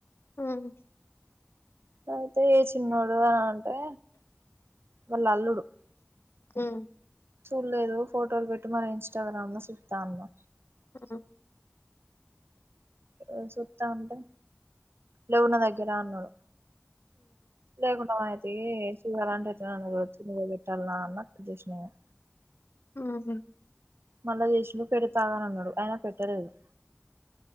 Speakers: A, on the left (about 75°); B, on the right (about 80°).
A: హ్మ్
B: ఐతే ఏజ్ చిన్నోడు అని అంటే వాల్ల అల్లుడు
A: హ్మ్
B: చూల్లేదు ఫోటోలు పెట్టమను ఇన్స్టాగ్రామ్ లో చూత్త అన్నా
A: ఆ
B: ఆ సూత్త అంటే లేవు నా దగ్గర అన్నాడు లేకుండా మానై తీ <unintelligible> పెట్టాల అన్నట్టు వచ్చేసిన ఇగ
A: ఆహ
B: మళ్ళా చేశలో పెడతాగానన్నాడు అయిన పెట్టలేదు